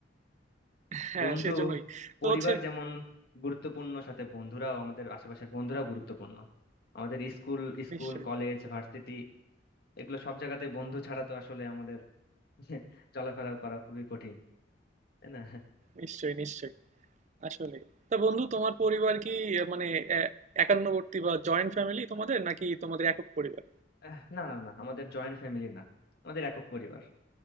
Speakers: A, on the right; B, on the left.
A: হ্যাঁ
B: বন্ধু
A: সেজন্যই
B: পরিবার
A: তো হচ্ছে
B: যেমন গুরুত্বপূর্ণ সাথে বন্ধুরাও আমাদের আশেপাশের বন্ধুরাও গুরুত্বপূর্ণ আমাদের স্কুল স্কুল
A: নিশ্চয়ই
B: কলেজ ভার্সিটি এগুলো সব জায়গাতে বন্ধু ছাড়া তো আসলে আমাদের <laughs> চলাফেরা করা খুবই কঠিন তাই না
A: নিশ্চয়ই নিশ্চয়ই আসলে তা বন্ধু তোমার পরিবার কি আহ, মানে এ- একান্নবর্তী বা জয়েন্ট ফ্যামিলি তোমাদের নাকি তোমাদের একক পরিবার
B: আহ, না না না আমাদের জয়েন্ট ফ্যামিলি না আমাদের একক পরিবার